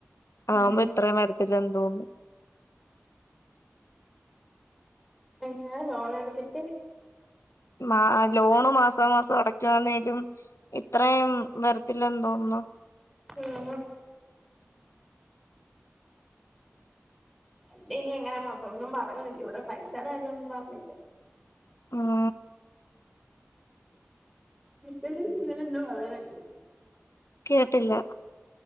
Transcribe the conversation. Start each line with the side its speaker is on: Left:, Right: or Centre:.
Centre: ഉം
Left: ആവുമ്പേ ഇത്രേം വരത്തില്ലന്ന് തോന്നി
Centre: എങ്ങനെ ലോണെട്തിട്ട്
Left: ആ ലോണ് മാസാമാസം- തൊടകാനേരും ഇത് റോം പെർ <inaudible> ഇല്ല എന്തോന്ന്
Centre: ഉം എന്റെ ഇനി എങ്ങനെ ആ ഒന്നും പറ്ഞ്ഞില്ല ഇവിടെ പൈസേടെ കാര്യം ഒന്നും പറഞ്ഞില്ല.
Left: മ്മ്
Centre: നിശ്ചല്ലെ ഇന്നലെ ന്ന് വളകായ് <inaudible>
Left: കേട്ടില്ല